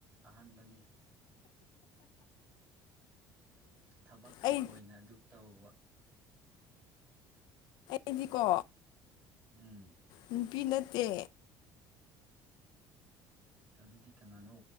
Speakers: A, on the right; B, on the left.
A: ꯑꯍꯥꯟꯕꯅꯤ ꯊꯕꯛꯀꯤ
B: ꯑꯩ
A: ꯑꯣꯏꯅ ꯑꯗꯨꯝ ꯇꯧꯕ
B: ꯑꯩꯗꯤꯀꯣ
A: ꯎꯝ
B: ꯅꯨꯄꯤ ꯅꯠꯇꯦ
A: ꯑꯗꯨꯗꯤ ꯀꯅꯥꯅꯣ